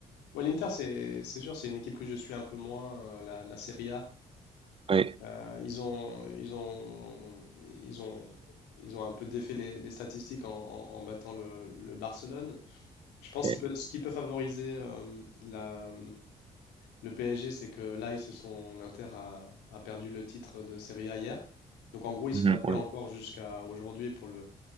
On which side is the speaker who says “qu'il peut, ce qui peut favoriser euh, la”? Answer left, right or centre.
Left